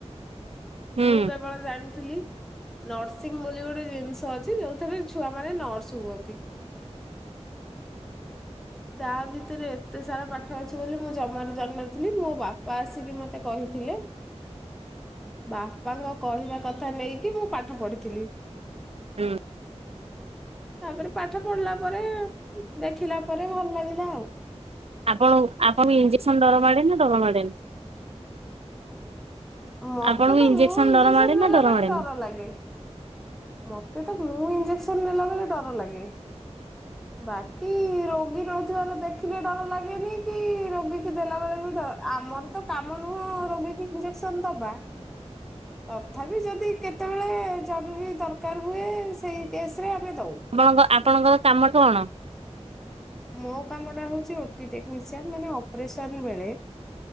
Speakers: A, on the right; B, in the centre.
A: ହୁଁ
B: ମୁଁ କେବଳ ଜାଣିଥିଲି ନର୍ସିଂ ମୁ ଗୋଟେ ଜିନିଷ ଅଛି ଯୋଉଥିରେ ଛୁଆ ମାନେ ନର୍ସ ହୁଅନ୍ତି। ତା ଭିତରେ ଏତେ ସାରା ପାଠ ଅଛି ବୋଲି ମୁଁ ଜମାରୁ ଜାଣିନଥିଲି ମୋ ବାପା ଆସିକି ମତେ କହିଥିଲେ। ବାପାଙ୍କ କହିବା କଥା ନେଇକି ମୁଁ ପାଠ ପଢିଥିଲି।
A: ହୁଁ
B: ତାପରେ ପାଠ ପଢିଲା ପରେ ଦେଖିଲା ପରେ ଭଲ ଲାଗିଲା ଆଉ।
A: ଆପଣ ଆପଣଙ୍କୁ ଇଞ୍ଜେକ୍ସନ୍ ଡରମାଡେ ନା ଡରମାଡେନି?
B: ମତେ
A: ଆପଣଙ୍କୁ
B: ତ
A: ଇଞ୍ଜେକ୍ସନ
B: ମୁଁ ଇଞ୍ଜେକ୍ସନ୍
A: ଡର ମାଡେ ନା
B: ନେଲା ବେଳେ
A: ମାଡେନି?
B: ଡର ଲାଗେ। ମୋତେ ତ ମୁଁ ଇଞ୍ଜେକ୍ସନ ନେଲା ବେଳେ ଡର ଲାଗେ। ବାକି ରୋଗୀ ନଉଥିବାର ଦେଖିଲେ ଡର ଲାଗେନି କି ରୋଗୀ କି ଦେଲାବେେଳେ ବି ଡର ଆମର ତ କାମ ନୁହଁ ରୋଗୀକୁ ଇଞ୍ଜେକ୍ସନ ଦବା ତଥାପି ଯଦି କେତେବେଳେ ଜରୁରୀ ଦରକାର ହୁଏ ସେଇ କେସ୍ ରେ ଆମେ ଦଉ।
A: ଆପଣଙ୍କ ଆପଣଙ୍କର କାମ କଣ?
B: ମୋ କାମଟା ହଉଛି ଓଟି ଟେକ୍ନିସିଆନ୍ ମାନେ ଅପରେସନ୍ ବେଳେ